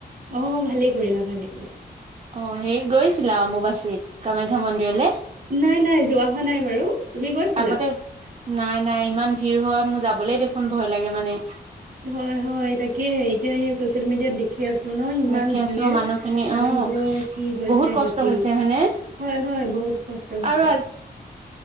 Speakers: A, on the right; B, on the right.
A: অ ভালে কৰিলা ভালে
B: অ হেৰিত গৈছিলা অম্বুবাচীত কামাখ্যা মন্দিৰলে
A: নাই নাই যোৱা হোৱা নাই বাৰু তুমি গৈছিলা
B: আগতে নাই নাই ইমান ভিৰ হয় মোক যাবলৈ দেখোন ভয় লাগে মানে
A: হয়-হয়, তাকে এতিয়া এই চচিয়েল মিডিয়াত দেখি আছো ন, ইমান
B: দেখি
A: ভিৰ
B: আছো মানুহখিনি
A: মানুহবোৰৰ
B: অ
A: কি হৈছে
B: বহুত কষ্ট
A: গতি
B: হৈছে হয়নে
A: হয়-হয়, বহুত কষ্ট হৈছে।
B: আৰু